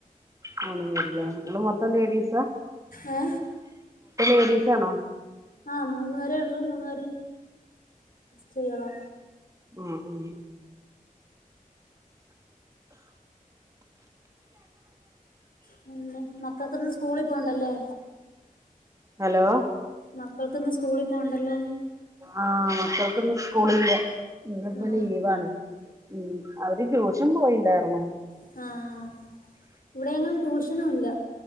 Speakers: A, on the right (about 20°); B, on the left (about 75°).
A: മൂന്ന് പേരില്ലേ നിങ്ങൾ മൊത്തം ലേഡീസാ
B: ഓ
A: ലേഡീസ് ആണോ
B: ആമൂന്ന് പേരേ ഉള്ളൂ മൂന്നു പേരെ്യളാം
A: ഉ ഉ
B: പിന്നെ മക്കൾക്കൊന്ന് സ്കൂളിൽ പോണ്ടല്ലേ
A: ഹലോ
B: മക്കൾക്കിന്ന് സ്കൂളിൽ പോണ്ടല്ലോന്ന്
A: ആ മക്കൾക്ക് ഇന്ന് സ് സ്കൂളി ല്ല ഇന്നിപ്പോ
B: ആ
A: ലീവാണ് ഉം അവര് ട്യൂഷൻ പോയിണ്ടായിരുന്നു
B: <unintelligible> ഇവിടെയെങ്ങും ട്യൂഷനും ഇല്ല